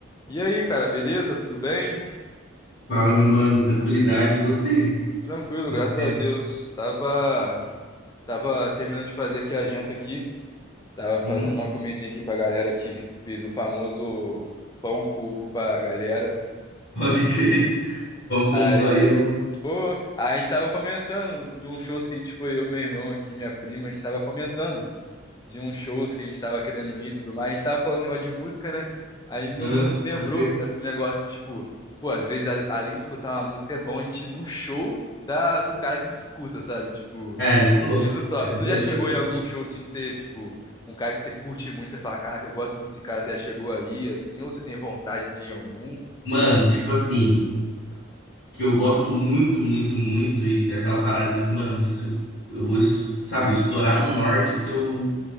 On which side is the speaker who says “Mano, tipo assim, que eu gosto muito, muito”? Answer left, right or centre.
Left